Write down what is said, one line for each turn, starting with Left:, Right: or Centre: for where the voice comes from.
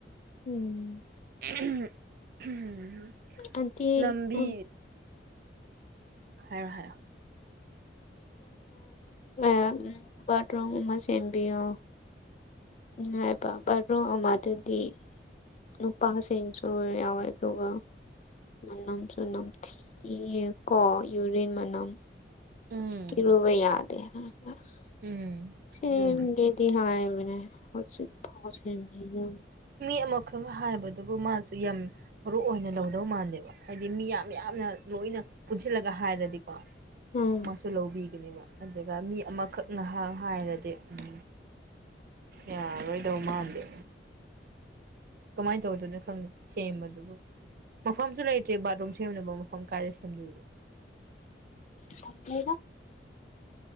Left: ꯎꯝ꯫
Right: <unintelligible>
Left: ꯑꯟꯇꯤ
Right: ꯂꯝꯕꯤ
Left: ꯎꯝ
Right: ꯍꯥꯏꯔꫭ-ꯍꯥꯏꯔꫭ꯫
Left: <inaudible> ꯕꯥꯠꯔꯨꯝ ꯃ ꯁꯦꯝꯕꯤꯌꯣ꯫ ꯅꯨꯡꯉꯥꯏꯕ ꯕꯥꯠꯔꯣ ꯑꯃ ꯗꯨꯗꯤ꯫ <inaudible> ꯃꯅꯝꯁꯨ ꯅꯝꯊꯤꯌꯦꯀꯣ ꯌꯨꯔꯤꯟ ꯃꯅꯝ꯫
Right: ꯎꯝ
Left: ꯏꯔꯨꯕ ꯌꯥꯗꯦ꯫ <unintelligible>
Right: ꯎꯝ꯫
Left: ꯁꯦꯝꯒꯦꯗꯤ
Right: ꯑꯗꯨꯅꯤ
Left: ꯍꯥꯏꯕꯅꯦ ꯍꯧꯖꯤꯛꯐꯥꯎ ꯁꯦꯝꯕꯤꯗ꯫
Right: ꯃꯤ ꯑꯃꯈꯛꯅ ꯍꯥꯏꯕꯗꯨꯕꯨ ꯃꯥꯁꯨ ꯌꯥꯝ ꯃꯔꯨ ꯑꯣꯏꯅ ꯂꯧꯗꯧ ꯃꯥꯟꯗꯦꯕ ꯍꯥꯏꯗꯤ ꯃꯤ ꯌꯥꯝ ꯌꯥꯝꯅ ꯂꯣꯏꯅ ꯄꯨꯟꯁꯤꯜꯂꯒ ꯍꯥꯏꯔꯗꯤꯀꯣ꯫
Left: ꯎꯝ
Right: ꯃꯥꯁꯨ ꯂꯧꯕꯤꯒꯅꯤꯕ ꯑꯗꯨꯒ ꯃꯤ ꯑꯃꯈꯛ ꯉꯥꯏꯍꯥꯛ ꯍꯥꯏꯔꯗꯤ ꯎꯝ꯫ ꯌꯥꯔꫭꯏꯗꯧ ꯃꯥꯟꯗꯦ꯫ ꯀꯃꯥꯏꯅ ꯇꯧꯗꫭꯏꯅꯣ ꯈꯪꯉꯤ ꯁꯦꯝꯕꯗꯨꯕꯨ꯫ ꯃꯐꯝꯁꯨ ꯂꯩꯇ꯭ꯔꯦ ꯕꯥꯠꯔꯨꯝ ꯁꯦꯝꯅꯕ ꯃꯐꯝ ꯀꯥꯏꯗ ꯁꯦꯝꯗꯣꯏꯅꯣ꯫
Left: <inaudible>